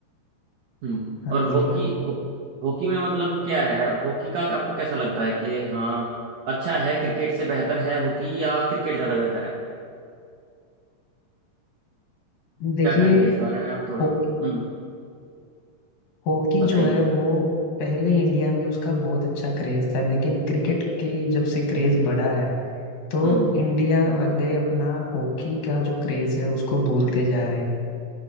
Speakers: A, on the right; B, on the left.
A: हम्म
B: हाँ
A: और
B: बोलिए
A: हॉकी
B: आप।
A: हो, हॉकी में मतलब क्या है हॉकी का आपको कैसा लगता है कि हाँ अच्छा है क्रिकेट से बेहतर है हॉकी या क्रिकेट ज़्यादा बेहतर है
B: देखिए
A: क्या कहेंगे इस बारे में आप थोड़ा
B: हो,
A: हम्म
B: हॉकी
A: बताइए
B: जो है वो पहले इंडिया में उसका बहुत अच्छा क्रेज था लेकिन क्रिकेट के जब से क्रेज बढ़ा है तो
A: हम्म
B: इंडिया वाले अपना हॉकी का जो क्रेज है उसको भूलते जा रहे हैं